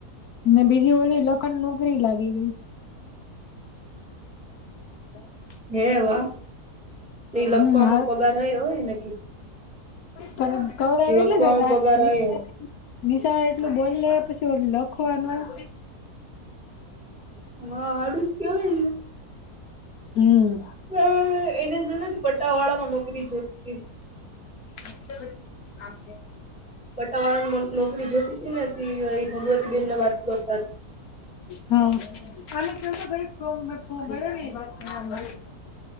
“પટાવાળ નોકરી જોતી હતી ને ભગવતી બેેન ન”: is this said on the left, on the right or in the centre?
Centre